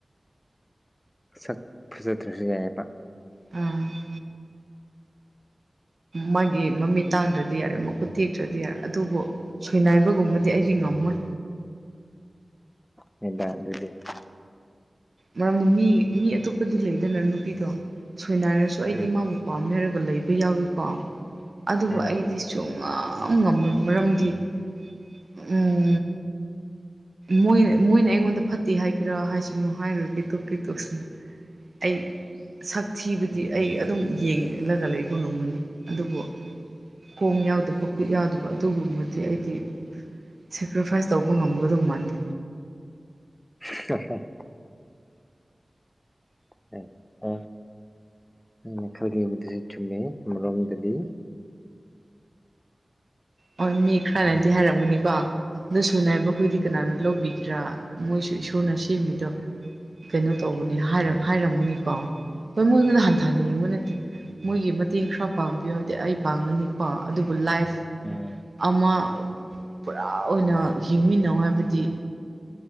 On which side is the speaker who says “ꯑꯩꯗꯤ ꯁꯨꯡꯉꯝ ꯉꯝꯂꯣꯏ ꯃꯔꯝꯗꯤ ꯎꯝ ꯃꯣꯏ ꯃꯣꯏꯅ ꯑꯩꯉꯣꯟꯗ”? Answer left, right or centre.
Right